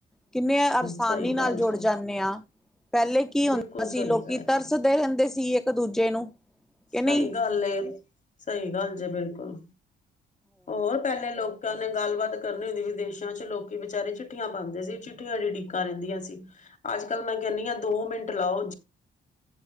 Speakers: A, in the centre; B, on the left (about 40°).
A: ਕਿੰਨੇ ਆਸਾਨੀ
B: ਸਹੀ
A: ਨਾਲ
B: ਗੱਲ
A: ਜੁੜ
B: ਜੇ
A: ਜਾਨੇ ਆ। ਪਹਿਲੇ ਕੀ ਹੁੰਦਾ
B: ਬਿਲਕੁਲ ਸਹੀ
A: ਸੀ ਲੋਕੀ
B: ਕਹਿ ਰਹੇ
A: ਤਰਸ
B: ਹੋ।
A: ਦੇ ਰਹਿੰਦੇ ਸੀ ਇੱਕ-ਦੂਜੇ ਨੂੰ। ਕਿ ਨਹੀਂ
B: ਸਹੀ ਗੱਲ ਏ, ਸਹੀ ਗੱਲ ਜੇ ਬਿਲਕੁਲ। ਹੋਰ ਪਹਿਲੇ ਲੋਕ ਕਾਂ ਨੇ ਗੱਲਬਾਤ ਕਰਨੀ ਹੁੰਦੀ ਵਿਦੇਸ਼ਾਂ 'ਚ ਲੋਕੀ ਵਿਚਾਰੇ ਚਿੱਠੀਆਂ ਪਾਂਦੇ ਸੀ ਚਿ ਉਡੀਕਾਂ ਰਹਿੰਦੀਆਂ ਸੀ। ਅੱਜਕੱਲ ਮੈਂ ਕਹਿੰਨੀ ਆ ਦੋ ਮਿੰਟ ਲਾਓ